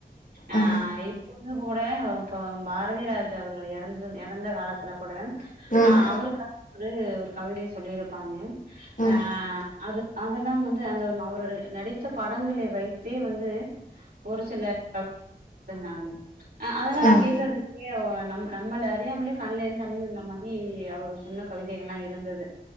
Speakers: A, on the right (about 65°); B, on the left (about 50°).
A: ஆஹ்
B: ம்
A: இப் ப கூட இப்போ பாரதிராஜா அவர்கள் எறந்து எறந்த காலத்துல கூட
B: ம்
A: ஆஹ் அவருக்கு ஒரு ஒரு கவிதை சொல்லியிருப்பாங்க
B: ம்
A: ஆஹ் அது அதெல்லாம் வந்து அந்த அவர் நடித்த படங்களை வைத்தே வந்து ஒரு சிலர் <inaudible> தாங்க ஆஹ் அதெல்லா
B: ம்
A: கேக்கறது நம் நம்மள அறியாமலே கண்ல இருந்து தண்ணி வந்த மாதிரி அவர் சொன்ன கவிதைகள்லா இருந்தது